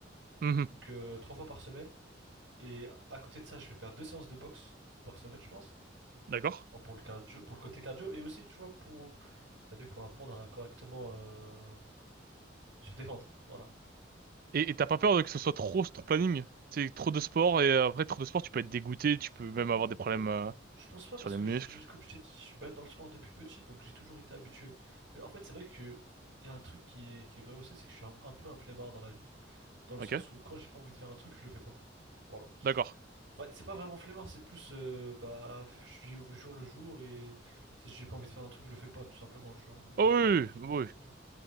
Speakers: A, on the right; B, on the right.
A: Mhm.
B: Donc euh, trois fois par semaine. Et à à côté de ça, je vais faire deux séances de boxe par semaine, je pense.
A: D'accord.
B: Bon, Pour le cardio, pour le côté cardio et aussi tu vois pour, t'as vu pour apprendre à correctement euh, se défendre. Voilà.
A: Et et t'as pas peur de que ce soit trop sur ton planning? C'est trop de sport, et euh, après, trop de sport, tu peux être dégoûté, tu peux
B: Euh,
A: même avoir des problèmes euh,
B: Je pense pas parce
A: sur les
B: que
A: muscles.
B: j'ai- comme je t'ai dit, je suis baigné dans le sport depuis petit, donc j'ai toujours été habitué. Mais en fait, c'est vrai que il y a un truc qui est, qui est vrai aussi, c'est que je suis un, un peu un flemmard dans la vie, dans le
A: Ok.
B: sens où quand j'ai pas envie de faire un truc, je le fais pas. Voilà.
A: D'accord.
B: Enfin, c'est pas vraiment flemmard, c'est plus euh, bah je vis au jour le jour et si j'ai pas envie de faire un truc, je le fais pas tout simplement, tu vois. Et peu
A: Oh
B: importe.
A: oui,
B: où ce-
A: oui.
B: le
A: oui. oui.
B: truc.